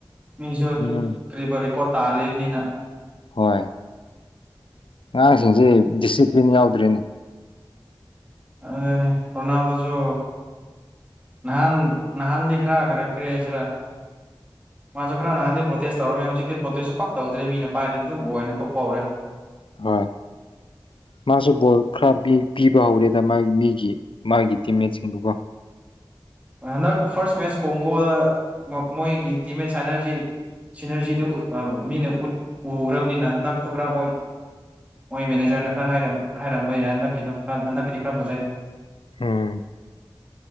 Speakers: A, on the right; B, on the left.
A: ꯃꯤꯁꯨ
B: ꯎꯝ
A: ꯀ ꯔꯦꯀꯣꯔꯠ ꯇꯥ ꯂꯩꯕꯅꯤꯅ
B: ꯍꯣꯏ ꯑꯉꯥꯡꯁꯤꯡꯁꯤ ꯗꯤꯁꯤꯄ꯭ꯂꯤꯟ ꯌꯥꯎꯗ꯭ꯔꯤꯅꯤ
A: ꯑꯗꯨꯅꯤ ꯔꯣꯅꯥꯜꯗꯣꯁꯨ ꯅꯍꯥꯟ ꯅꯍꯥꯟꯗꯤ ꯈꯔ ꯈꯔꯦꯈꯔꯤ ꯌꯥꯁꯤꯔ ꯃꯥꯁꯨ ꯈꯔ ꯅꯍꯥꯟꯗꯤ ꯄ꯭ꯔꯣꯇꯦꯁ ꯇꯧꯔꯝꯃꯦ ꯍꯧꯖꯤꯛꯇꯤ ꯄ꯭ꯔꯣꯇꯦꯁꯁꯨ ꯄꯛ ꯇꯧꯗ꯭ꯔꯦ ꯃꯤꯅ ꯄꯥꯏꯔꯗꯤ ꯑꯗꯨꯝ ꯑꯣꯏꯅ ꯇꯣꯛꯄ ꯍꯧꯔꯦ
B: ꯍꯣꯏ
A: <unintelligible>
B: ꯃꯥꯁꯨ ꯕꯣꯜ ꯈꯔ ꯄꯤꯕ ꯍꯧꯔꯦꯗ ꯃꯥꯒꯤ ꯃꯤꯒꯤ ꯃꯥꯒꯤ ꯇꯤꯝꯃꯦꯠꯁꯤꯡꯗꯨꯀꯣ
A: ꯍꯟꯗꯛ ꯐꯥꯔꯁ ꯃꯦꯠꯆ ꯀꯣꯡꯒꯣꯗ ꯃꯣꯏꯒꯤ ꯇꯤꯝꯃꯦꯠ ꯁꯥꯏꯅꯔꯁꯤ ꯁꯤꯅꯔꯖꯤꯗꯨ ꯃꯤꯅ ꯎ ꯎꯈ꯭ꯔꯕꯅꯤꯅ ꯍꯟꯗꯛꯇꯣ ꯈꯔ ꯃꯣꯏ ꯍꯣꯏ ꯃꯦꯅꯦꯖꯔꯅ ꯈꯔ ꯍꯥꯏꯔꯝꯕ ꯌꯥꯏ ꯍꯟꯗꯛꯀꯤꯗꯣ ꯈꯔ ꯍꯟꯗꯛꯀꯤꯗꯤ ꯈꯔ ꯐꯖꯩ
B: ꯍꯝ